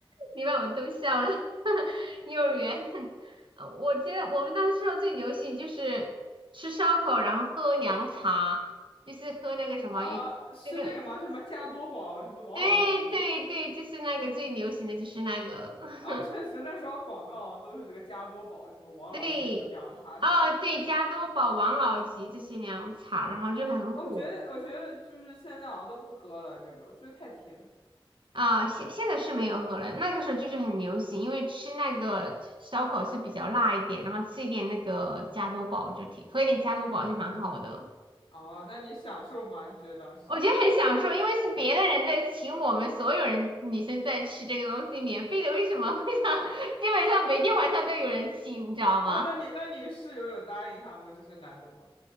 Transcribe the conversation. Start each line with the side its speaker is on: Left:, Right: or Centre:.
Right: 你把我逗笑了。<laughs> 幼儿园，<laughs> 呃我记得我们那时候最流行就是吃烧烤，然后喝凉茶，就是喝那个什么，
Left: <laughs> 啊，
Right: 有这个。
Left: 是那个吗？是什么加多宝？什么王老吉吗？
Right: 对对对，就是那个最流行的就是那个，<laughs>
Left: 啊，确实那时候广告都是这个加多宝，什么王老吉，
Right: 对，
Left: 什么凉茶什么的。
Right: 哦对，加多宝、王老吉这些凉茶，然后就很火
Left: 啊，我觉得，我觉得就是现在好像都不喝了，这个我觉得太甜。
Right: 啊。现现在是没有喝了，那个时候就是很流行，因为吃那个烧烤是比较辣一点，然后吃一点那个加多宝就挺，喝一点加多宝就蛮好的。
Left: 哦，那你享受吗？你觉得当时？
Right: 我觉得很享受，因为是别的人在请我们所有人女生在吃这个东西，免费的，为什么会想 <laughs> 基本上每天晚上都有人请，你知道吗？
Left: 啊，那你那你室友有答应他们这些男的吗？